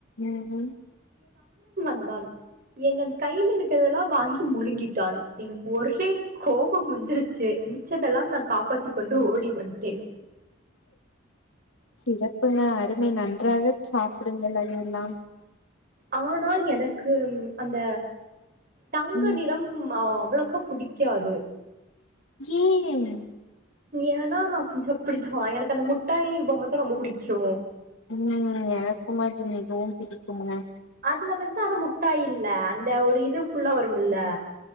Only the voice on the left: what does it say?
உஹம்
சிறப்புங்க அருமை நன்றாக சாப்டுங்கள் <unintelligible>
ம்
கேம்
உம் எனக்கும் அது மிகவும் பிடிக்குங்க